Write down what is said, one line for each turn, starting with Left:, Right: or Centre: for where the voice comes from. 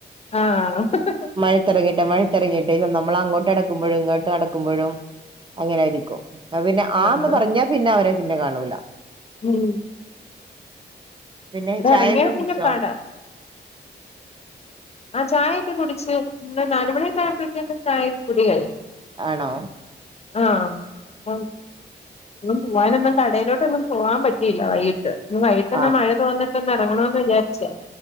Left: ആഹ് ഹ ഹാ
Right: മഴത്തിറങ്ങട്ടെ മഴത്തിറങ്ങട്ടെ നമ്മൾ അങ്ങോട്ട് നടക്കുമ്പോഴും ഇങ്ങോട്ട് നടക്കുമ്പോഴും അങ്ങനെയായിരിക്കും പിന്നെ ആന്ന്
Left: ആഹ്
Right: പറഞ്ഞാ പിന്നെ അവരെ പിന്നെ കാണൂല
Left: മം
Right: പിന്നെ
Left: ഇവിടെ
Right: ചായൊക്കെ
Left: ഇറങ്ങിയാ
Right: കുടിച്ചോ
Left: പിന്നെ പാടാ ആഹ് ചായൊക്കെ കുടിച്ച് നമ്മള് നാല് മണിയോക്കായപ്പോയെക്കും ചായകുടികയും
Right: ആണോ
Left: ആഹ് <unintelligible> പോവാനിന്ന് കടയിലോട്ടന്നും പോകാൻ പറ്റില്ല വൈകിട്ട് ഇന്ന് വൈകീട്ട്
Right: ആ
Left: ന്നമഴ യത്ത് വന്ന് ഇപ്പോ ഒന്ന് ഇറങ്ങണമന്ന് വിചാരിച്ചേ